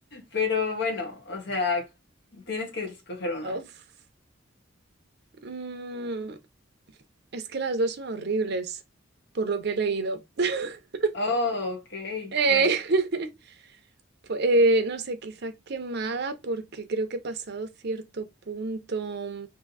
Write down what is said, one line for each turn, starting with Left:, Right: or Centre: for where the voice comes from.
Left: Pero bueno, o sea, tienes que escoger una.
Right: <laughs> Uf. Mm, es que las dos son horribles, por lo que he leído. <laughs>
Left: Oh, ok,
Right: Eh,
Left: bueno.
Right: <laughs> pu- eh, no sé, quizá quemada porque creo que he pasado cierto punto.